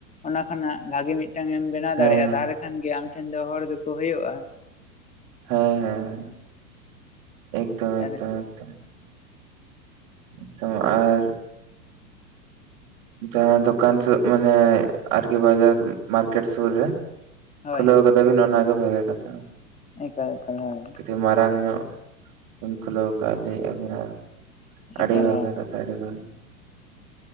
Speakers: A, on the left (about 15°); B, on the right (about 45°).
A: ᱚᱱᱟ ᱠᱷᱚᱱᱟᱜ ᱵᱷᱟᱜᱤ ᱢᱤᱫ ᱴᱟᱝ ᱮᱢ ᱵᱮᱱᱟᱣ
B: ᱦᱮᱸ
A: ᱫᱟᱲᱮᱭᱟᱜᱼᱟ ᱛᱟᱦᱚᱞᱮ ᱠᱷᱟᱱ ᱜᱮ ᱟᱢ ᱴᱷᱮᱱ ᱫᱚ ᱦᱚᱲ ᱫᱚᱠᱚ ᱦᱳᱭᱳᱜᱼᱟ ᱾
B: ᱦᱮᱸ ᱦᱮᱸ ᱮᱠᱫᱚᱢ
A: ᱛᱟᱦᱚᱞᱮ
B: ᱮᱠᱫᱚᱢ ᱮᱠᱫᱚᱢ᱾ ᱮᱠᱫᱚᱢ ᱟᱨ ᱡᱟᱦᱟᱸ ᱫᱚᱠᱟᱱ ᱢᱟᱱᱮ ᱟᱨᱠᱤ ᱵᱟᱡᱟᱨ ᱢᱟᱨᱠᱮᱴ ᱥᱩᱨ ᱨᱮ
A: ᱦᱳᱭ
B: ᱠᱷᱩᱞᱟᱹᱣ
A: ᱦᱳᱭ
B: ᱠᱟᱫᱟᱵᱤᱱ ᱚᱱᱟᱜᱮ ᱵᱷᱟᱜᱮ ᱠᱟᱛᱷᱟᱼᱼ
A: ᱮᱠᱟᱞ ᱠᱷᱩᱞᱟᱣ ᱤᱧᱼᱼ
B: ᱟᱹᱰᱤ ᱢᱟᱨᱟᱝ ᱧᱚᱜ ᱵᱤᱱ ᱠᱷᱩᱞᱟᱹᱣ ᱟᱠᱟᱫᱼᱟ ᱞᱟᱹᱭᱮᱫᱼᱟᱵᱤᱱ ᱟᱨ ᱟᱹᱰᱤ
A: ᱮᱠᱟᱞ
B: ᱵᱷᱟᱜᱮ
A: ᱦᱳᱭ
B: ᱠᱟᱛᱷᱟ᱾ ᱦᱮᱸ᱾